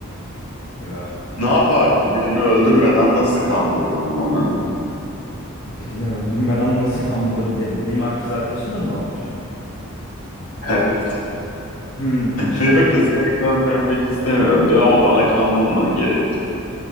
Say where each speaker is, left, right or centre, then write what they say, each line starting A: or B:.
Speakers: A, on the left; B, on the left.
A: Eyvah.
B: Ne yapardın? Birini öldürmeden nasıl kan bulurdun onu? <laughs>
A: Birini öldürmeden nasıl kan bulabilirdim? Benim kız arkadaşım da mı vampir?
B: Evet.
A: Hmm.
B: Diyor ki seni kanını emmek istemiyorum diyor ama bana kan bulman gerek diyor.